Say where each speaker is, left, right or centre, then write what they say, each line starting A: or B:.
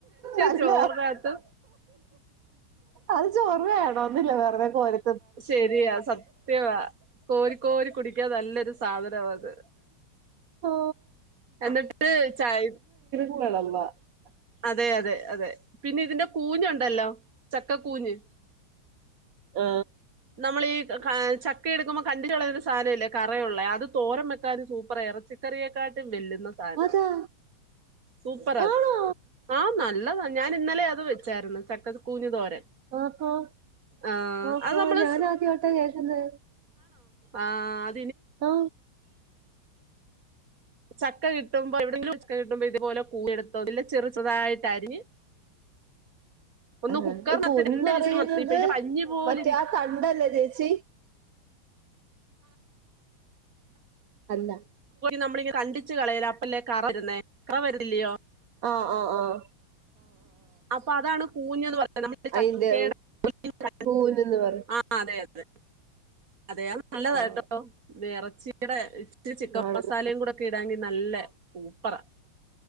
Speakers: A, on the right; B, on the right.
A: നല്ല
B: ചോറിനകത്ത്
A: അത് ചോറ് വേണോന്നില്ല <unintelligible> റേ പോര്
B: ശരിയാ സത്യവാ കോരി കോരി കുടി ക നല്ലൊരു സാധനമാത്
A: ഓ
B: എന്നിട്ട് ചായ
A: ങ്ങളമ്മ <unintelligible>
B: അതെ അതെ അതെ പിന്നെ ഇതിന്റെ കൂഞ്ഞണ്ടല്ലോ ചക്കക്കൂഞ്ഞ്
A: ആ
B: നമ്മൾ ഈ ചക്ക എടുക്കുമ്പോ കണ്ടി ലുള്ളൊരു ഒരു സാനം ല്ലേ കറയുള്ള അത് തോരംവെക്കാം സൂപ്പർായി ഇറച്ചിക്കറിയെക്കാട്ടും വെല്ലുന്ന സാനമാ
A: അതാ
B: സൂപ്പറാ അത്
A: ആണോ
B: ആ നല്ലതാ ഞാൻ ഇന്നലെ അത് വെച്ചായിരുന്നു ചക്ക കൂഞ്ഞ് തോരൻ
A: ഓഹോ
B: ആഹ്
A: ഓഹോ
B: അത് നമ്മള്
A: ഞാന
B: സ്-
A: ആദ്യോട്ട കേൾക്കുന്നത്
B: ആ
A: ആ
B: ചക്ക കിട്ടുമ്പോ എവിടെങ്കിലൊക്കെ കിട്ടുമ്പോ ഇതുപോലെ കൂനെ ടുത്തോ അ ഇല്ല ചെറു ചെറാ യിട്ട് അരിഞ് <unintelligible> ഒന്ന്
A: ആഹ്
B: ഹുക്കറിനത്ത്
A: ഈ കൂനെന്ന്
B: ണ്ട്
A: പറയുന്നത്
B: വിസ് ല് വന്ന ഇപ്പൊ പഞ്ഞി പോലിരി
A: മറ്റേ
B: <unintelligible>
A: ആ തണ്ടല്ലേ ചേച്ചി അല്ല
B: നമ്മളി കണ്ടിച്ചു കളയൽ അപ്പളല്ലേ കറ വരുന്നേ കറ വരില്യോ?
A: ആആആ
B: <unintelligible> അപ്പൊ അതാണ് കൂഞ്ഞന്ന് പറലെ നമ്മൾ ചക്കേടെ
A: അയിന്റെ കൂനെന്ന്
B: <inaudible>
A: പറയും
B: ആ അതെ അതെ അതെ നല്ലതാട്ടോ
A: ആഹ്
B: ഇറച്ചിയുടെ- ഇച്ചിരി ചിക്കൻ
A: ഞാനത്
B: മസാലയും കൂടെ ഒക്കെ ഇടാണെ നല്ല സൂപ്പറാ